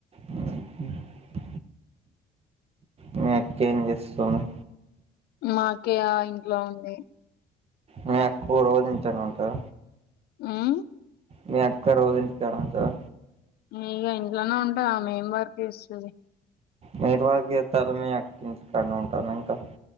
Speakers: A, on the right; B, on the left.
A: ఇ మీ అక్కేం చేస్తుంది
B: మాక్కాయ ఇంట్లో ఉంది
A: మీ అక్కు రోజింట్లనే ఉంటదా
B: ఉమ్
A: మీ అక్క రోజు ఇంటికానే ఉంటదా
B: ఇగ ఇంట్లోనే ఉంటది ఆమేం వర్క్ చెస్తది
A: మీరు వర్క్ చేత్తళ్ళు మీ అక్క ఇంటికాన్నే ఉంటందా ఇంకా